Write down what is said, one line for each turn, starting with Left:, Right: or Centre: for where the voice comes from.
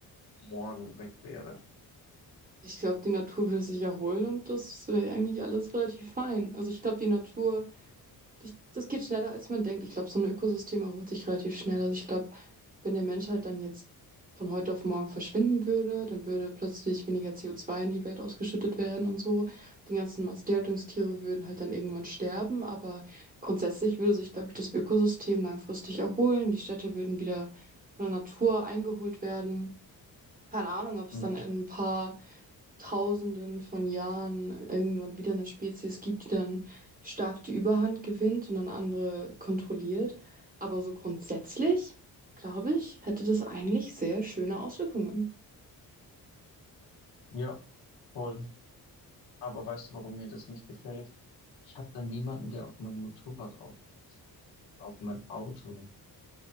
Left: morgen weg wäre?
Right: Ich glaube, die Natur würde sich erholen und das wäre eigentlich alles relativ fein. Also ich glaube, die Natur, das das geht schneller, als man denkt. Ich glaube, so ein Ökosystem erholt sich relativ schnell. Also ich glaube, wenn der Mensch halt dann jetzt von heute auf morgen verschwinden würde, dann würde plötzlich weniger co zwei in die Welt ausgeschüttet werden und so. Die ganzen Massentierhaltungstiere würden halt dann irgendwann sterben, aber grundsätzlich würde sich, glaube ich, das Ökosystem langfristig erholen. Die Städte würden wieder von der Natur eingeholt werden. Keine Ahnung, ob es
Left: Hm,
Right: dann in ein paar Tausenden von Jahren irgendwann wieder eine Spezies gibt, die dann stark die Überhand gewinnt und dann andere kontrolliert. Aber so grundsätzlich, glaube ich, hätte das eigentlich sehr schöne Auswirkungen.
Left: Ja, voll. Aber weißt du, warum mir das nicht gefällt? Ich habe da niemanden, der auf mein Motorrad aufpasst, auf mein Auto.